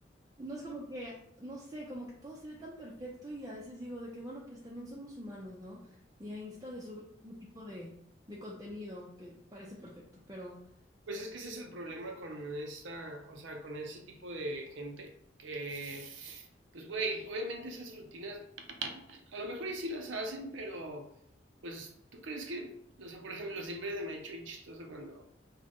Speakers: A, on the right (about 20°); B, on the right (about 80°).
A: no es como que, no sé, como que todo se ve tan perfecto y a veces digo de que, bueno, pues también somos humanos, ¿no? Y a Insta se sube un tipo de, de contenido que parece perfecto, pero, <laughs>
B: pues es que ese es el problema con esta, o sea, con ese tipo de gente que, pues güey, obviamente esas rutinas, a lo mejor y sí las hacen, pero pues tú crees que, o sea, por ejemplo, siempre se me ha hecho bien chistoso cuando,